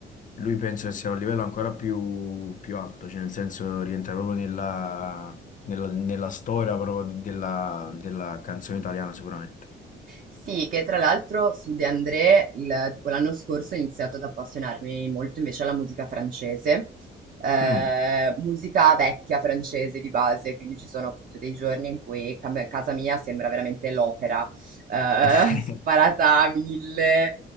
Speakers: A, on the left; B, on the right.
A: Lui penso che sia a un livello ancora più, più alto, cioè nel senso rientra proprio nella, nella- nella storia proprio di- della, della canzone italiana sicuramente.
B: Sì, che tra l'altro su De André, il- tipo l'anno scorso ho iniziato ad appassionarmi molto invece alla musica francese, eh,
A: Mm.
B: musica vecchia francese di base, quindi ci sono appunto dei giorni in cui cam- casa mia sembra veramente l'opera, eh,
A: <laughs>
B: <laughs> sparata a mille.